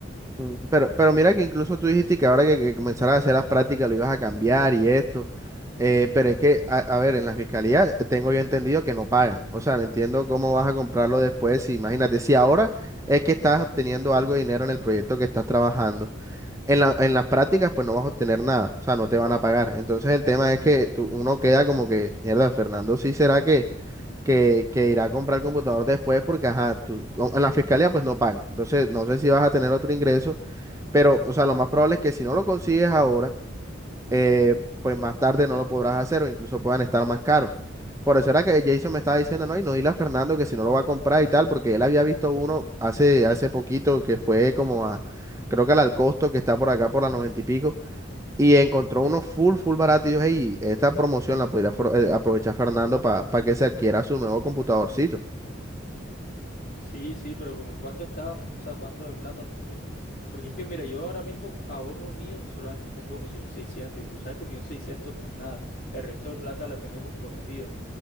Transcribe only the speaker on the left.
Sí, sí, pero como en cuánto estaba, o sea, cuánto de plata, porque, porque es que mira, yo ahora mismo ahorro mío, solamente tengo millón seiscientos, y tú sabes que millón seiscientos no es nada, el resto de plata la tengo comprometida,